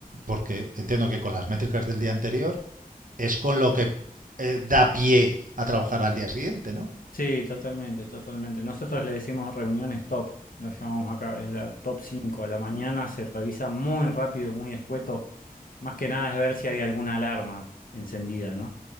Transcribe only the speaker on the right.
porque entiendo que con las métricas del día anterior es con lo que eh, da pie a trabajar al día siguiente, ¿no?